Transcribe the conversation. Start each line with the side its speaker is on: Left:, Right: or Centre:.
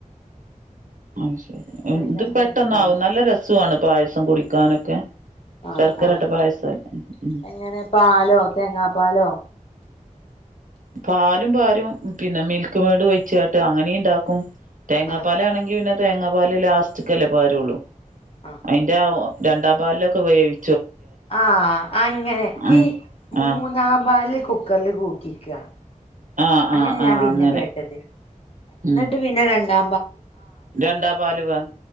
Right: അ ശരി
Left: എന്താ അറിയില്ല
Right: ഇത്
Left: അന്ന്
Right: പെട്ടന്നാവും
Left: വെന്തില്ല
Right: നല്ല രസമാണ് പായസം കുടിക്കാനൊക്കെ
Left: ആഹ
Right: ശർക്കര
Left: ആഹ്
Right: ഇട്ട പായസം
Left: ആ
Right: ഉം
Left: എങ്ങനെ പാലോ തേങ്ങാ പാലോ
Right: പാലും പാലും പിന്നെ മിൽക്ക് മേഡ് ഒഴിച്ച കേട്ട് അങ്ങനെയ ഇണ്ടാക്കും തേങ്ങാപ്പാല
Left: ആഹ്
Right: ആണെങ്കി പിന്നെ തേങ്ങാപ്പാല ലാസ്റ്റ്ക്ക്അല്ലെ പകരുള്ളൂ
Left: ആഹ്
Right: അയിന്റെ
Left: ആഹ്
Right: രണ്ടാം പാലിലൊക്കെ വേവി
Left: ആ അങ്ങനെ
Right: ആഹ്
Left: ഈ മൂന്നാംമ്പാല്
Right: ആഹ്
Left: കുക്കറില് കൂക്കിക്കുക
Right: ആഹ്
Left: അങ്ങനെ
Right: ആഹ് ആഹ്
Left: ഞാൻ പിന്നെ
Right: അങ്ങനെ
Left: കേട്ടത് എന്നിട്ട്
Right: ഉം
Left: പിന്നെ രണ്ടാ
Right: രണ്ടാം പാല് ലും